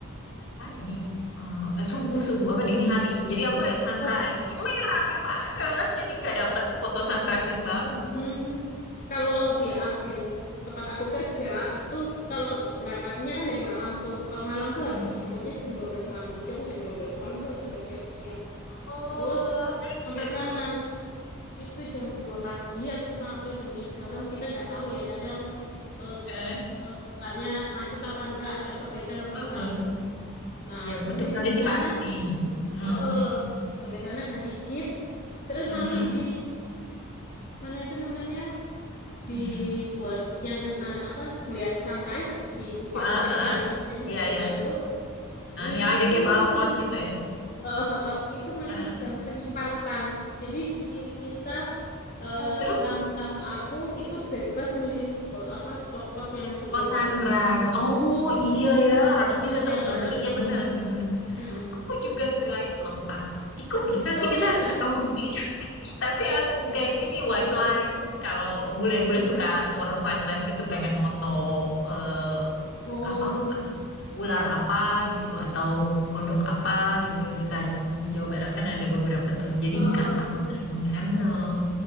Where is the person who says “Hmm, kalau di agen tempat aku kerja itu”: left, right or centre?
Left